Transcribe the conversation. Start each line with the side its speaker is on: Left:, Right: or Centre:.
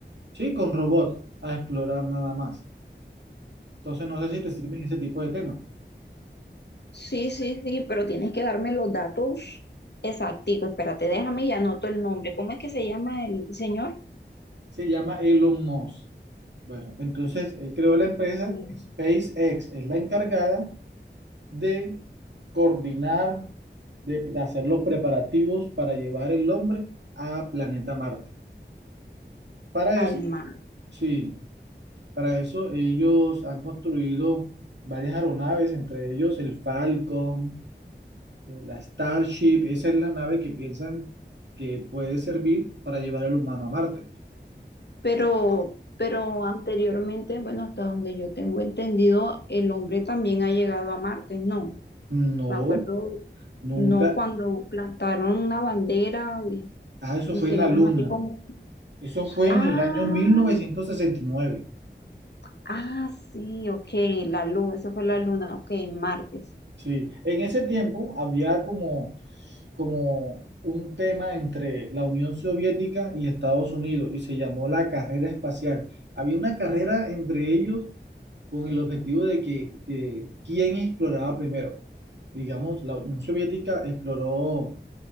Right: sí, con robots a explorar nada más. Entonces no sé si te sirven ese tipo de temas.
Left: Sí, sí, sí, pero tienes que darme los datos exactos. Espérate, déjame y anoto el nombre. ¿Cómo es que se llama el señor?
Right: Se llama Elon Musk. Bueno, entonces él creó la empresa
Left: Sí.
Right: SpaceX, es la encargada de coordinar, de, de hacer los preparativos para llevar el hombre a planeta Marte. Para
Left: Alma.
Right: eso, sí. Para eso ellos han construido varias aeronaves, entre ellos el Falcon, eh, la Starship. Esa es la nave que piensan que puede servir para llevar al humano a Marte.
Left: Pero, pero anteriormente, bueno, hasta donde yo tengo entendido, el hombre también ha llegado a Marte, ¿no?
Right: No,
Left: Me acuerdo,
Right: nunca.
Left: no cuando plantaron una bandera y,
Right: Ah, eso
Left: y
Right: fue
Left: se
Right: en
Left: vieron
Right: la Luna.
Left: así como,
Right: Eso fue
Left: ah,
Right: en el año mil novecientos sesenta y nueve.
Left: ah, sí, ok, la luna, esa fue la luna, ok, Martes.
Right: Sí, en ese tiempo había como, como un tema entre la Unión Soviética y Estados Unidos y se llamó la carrera espacial. Había una carrera entre ellos con el objetivo de que eh, quién exploraba primero. Digamos, la Unión Soviética exploró